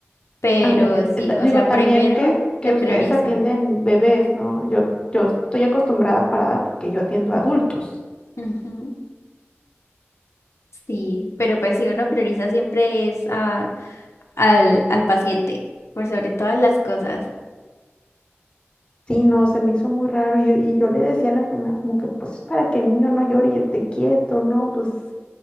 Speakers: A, on the left; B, on the left.
A: pero
B: Ándale. Eh,
A: sí,
B: ta-
A: o
B: Digo,
A: sea,
B: también
A: primero
B: que, que
A: se prioriza.
B: ustedes atienden bebés, ¿no? Yo, yo estoy acostumbrada a parada porque yo atiendo adultos.
A: Ujú, Sí, pero pues si uno prioriza siempre es a- al, al paciente, por sobre todas las cosas.
B: Sí, no, se me hizo muy raro y, yo y yo le decía a la enfermera como que pues es para que el niño no llore y esté quieto, ¿no? Pues